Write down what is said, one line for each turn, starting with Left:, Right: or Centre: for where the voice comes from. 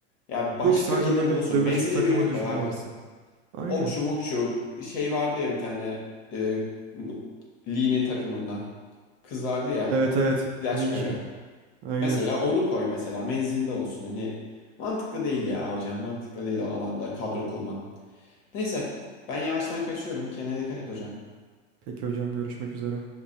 Left: Ya başka
Right: Yok sadece
Left: birini
Right: böyle
Left: bulursun.
Right: dövüşçü
Left: Menzilli
Right: takımı
Left: birini
Right: düşünüyorlarsa.
Left: koy abi.
Right: Aynen.
Left: Okşu mokşu şey vardı ya bir tane e, Lee'nin takımında. Kız vardı ya.
Right: Evet evet.
Left: Silah
Right: Ninja
Left: çıkarıyor.
Right: gibi. Aynen.
Left: Mesela onu koy mesela menzilde olsun. Hani mantıklı değil ya hocam mantıklı değil o alanda kadro kurma. Neyse ben yavaştan kaçıyorum. Kendine dikkat et hocam.
Right: Peki hocam görüşmek üzere.